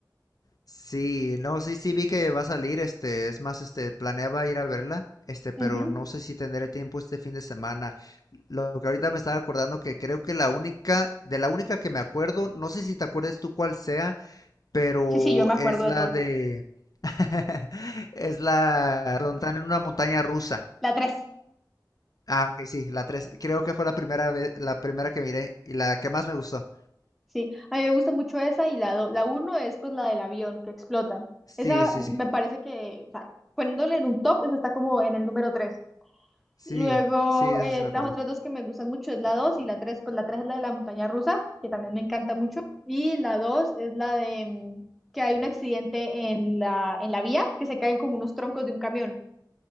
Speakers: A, on the left; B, in the centre.
A: Sí, no, sí, sí vi que va a salir, este, es más, este, planeaba ir a verla, este, pero
B: Ujú.
A: no sé si tendré tiempo este fin de semana. Lo que ahorita me estaba acordando que creo que la única, de la única que me acuerdo, no sé si te acuerdes tú cuál sea, pero
B: Sí, sí, yo me acuerdo
A: es la
B: de todo.
A: de... <laughs> Es la donde están en una montaña rusa.
B: La 3.
A: Ah, ok, sí, la tres Creo que fue la primera vez, la primera que miré y la que más me gustó.
B: Sí, a mí me gusta mucho esa y la, do- la uno es pues la del avión que explota.
A: Sí,
B: Esa
A: sí,
B: me
A: sí.
B: parece que, o sea, poniéndole en un top, esa está como en el número tres
A: Sí,
B: Luego,
A: sí, de
B: eh,
A: esa sí me
B: las
A: acuerdo.
B: otras dos que me gustan mucho es la 2 y la tres Pues la 3 es la de la montaña rusa, que también me encanta mucho. Y la 2 es la de mm, que hay un accidente en la, en la vía, que se caen como unos troncos de un camión.